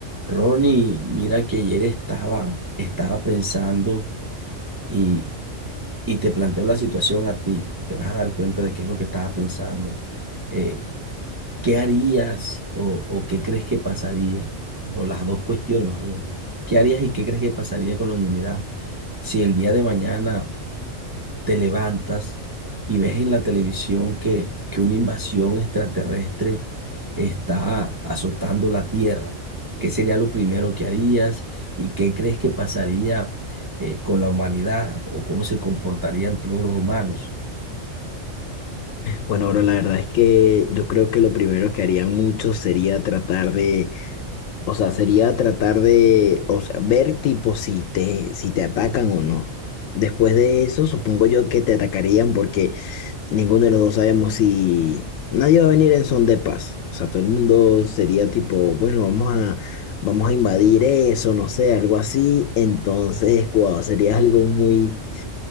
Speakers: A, on the right; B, on the left.
A: Ronnie, mira que ayer estaba, estaba pensando y, y te planteo la situación a ti. Te vas a dar cuenta de qué es lo que estaba pensando. Eh, ¿qué harías o, o qué crees que pasaría? O las dos cuestiones más bien. ¿Qué harías y qué crees que pasaría con la humanidad si el día de mañana te levantas y ves en la televisión que, que una invasión extraterrestre está azotando la Tierra. ¿Qué sería lo primero que harías y qué crees que pasaría eh, con la humanidad o cómo se comportarían todos los humanos?
B: Bueno, bro, la verdad es que yo creo que lo primero que harían muchos sería tratar de, o sea, sería tratar de, o sea, ver tipo si te, si te atacan o no. Después de eso, supongo yo que te atacarían porque ninguno de los dos sabemos si nadie va a venir en son de paz. O sea, todo el mundo sería tipo, bueno, vamos a, vamos a invadir eso, no sé, algo así. Entonces, guau, sería algo muy